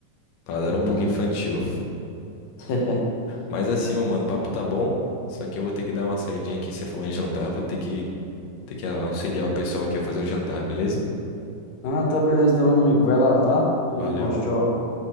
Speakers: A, on the left; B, on the left.
A: Paladar
B: Hum.
A: um pouco infantil.
B: <laughs>
A: Mas assim, meu mano, o papo tá bom. Só que eu vou ter que dar uma saidinha aqui. Você falou em jantar, eu vou ter que ter que auxiliar o pessoal que quer fazer o jantar, beleza?
B: Ah, tá, beleza, então, amigo, vai lá, tá? Tudo
A: Valeu.
B: de bom, tchau, tchau.